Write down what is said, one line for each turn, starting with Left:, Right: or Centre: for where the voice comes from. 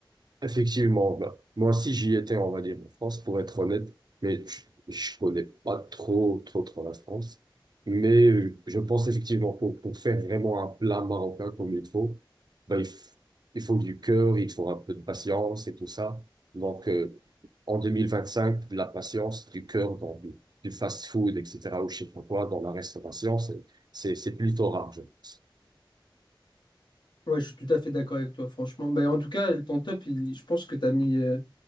Right: Effectivement, bah, moi aussi j'y étais, on va dire, en France, pour être honnête, mais je, je connais pas trop, trop, trop la France. Mais euh, je pense effectivement pour, pour faire vraiment un plat marocain comme il faut, bah, il, f- il faut du cœur, il faut un peu de patience et tout ça. Donc euh, en 2025, de la patience, du cœur dans du, du fast-food, etc., ou je sais pas quoi, dans la restauration, c'est, c'est, c'est plutôt rare, je pense.
Left: Ouais, je suis tout à fait d'accord avec toi, franchement. Ben, en tout cas, ton top, il- je pense que tu as mis euh,